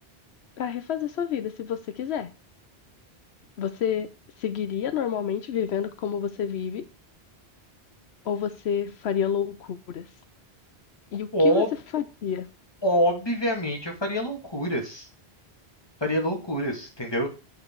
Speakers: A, on the left; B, on the left.
A: para refazer sua vida, se você quiser. Você seguiria normalmente vivendo como você vive ou você faria loucuras? E o que
B: Ob-
A: você faria?
B: obviamente eu faria loucuras. Faria loucuras, entendeu?